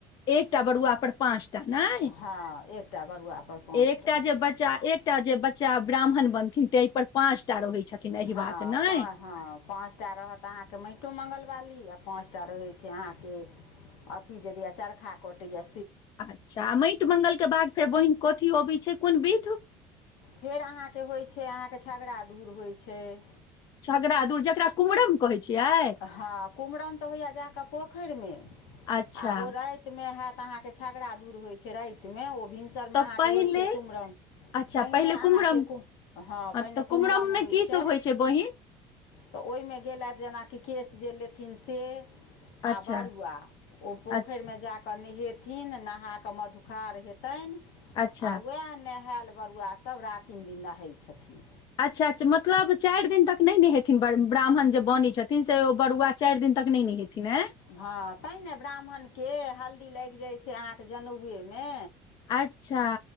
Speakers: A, on the left; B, on the left.
A: एकटा बरुआ पर पाँचटा नहि
B: हँ एकटा बरुआपर पाँच
A: एकटा
B: टा
A: जे बच्चा एक एकटा जे बच्चा ब्राह्मण बनथिन तहि पर पाचटा रहै छथिन एहि
B: हँ
A: बात ने
B: पाँ हँ पाँचटा रहत अहाँके मइटो मंगलवाली आ पाँचटा रहै छैय अहाँके अथि जे दियै चरखा कटैयै
A: अच्छा मइट मंगल के बाद फेर बहिन कथी अबै छैय कोन बिध?
B: फेर अहाँके होइ छैय अहाँके छगड़ादुर होइ छैय।
A: छगड़ादूर जकरा कुमरम कहै छियै
B: हँ कुमरम त होइए जा क पोखरिमे
A: अच्छा
B: आ ओ रातिमे हैत त अहाँके छगड़ा धूर होइत छैय रातिमे ओ भिनसरमे
A: तऽ
B: अहाँके
A: पहिले
B: होइ छैय कुमरम
A: अच्छा
B: पहिने
A: पहिले
B: अहाँके
A: कुम्हरम
B: कुम हँ पहिने
A: तऽ
B: कुमरम
A: कुम्हरम मे
B: होइ
A: की
B: छैय।
A: सब छै बहिन
B: त ओहिमे गेलै जेनाकि कि केश जे लेथिन से आ
A: अच्छा
B: बरुआ ओ पोखरिमे
A: अच्छा
B: जाक नेहे थिन नहा क मधुखार हेतनि
A: अच्छा
B: आ वैह हायल बरुआ सब रातिम दिन नहै छथिन
A: अच्छा अच्छा मतलब चारि दिन तक नहि ने हेथिन बर ब्राह्मण जे बनी छथिन से बरुआ चारि दिन तक नहि नहेथिन ए
B: हँ तैं न ब्राह्मणके हल्दी लागि जाइ छैय अहाँके जनेउएमे
A: अच्छा